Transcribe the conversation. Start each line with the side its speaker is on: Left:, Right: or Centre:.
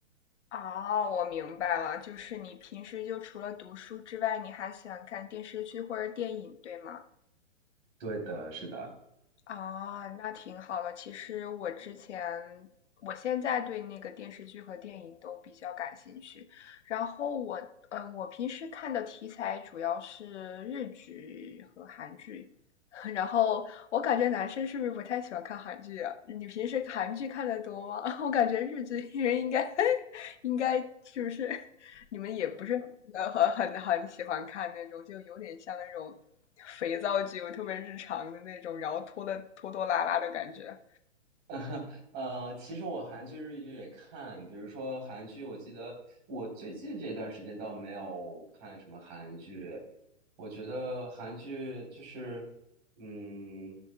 Left: 哦，我明白了，就是你平时就除了读书之外，你还喜欢看电视剧或者电影，对吗？
Right: 对的，是的。
Left: 啊，那挺好的。其实我之前，我现在对那个电视剧和电影都比较感兴趣。然后我，嗯，我平时看的题材主要是日剧和韩剧。<laughs> 然后我感觉男生是不是不太喜欢看韩剧啊？你平时韩剧看的多吗？<laughs> 我感觉日剧人应该应该是不是你们也不是呃很很很喜欢看那种，就有点像那种肥皂剧，特别日常的那种，然后拖的拖拖拉拉的感觉
Right: <laughs> 呃，其实我韩剧、日剧也看，比如说韩剧，我记得我最近这段时间倒没有看什么韩剧。我觉得韩剧就是，嗯，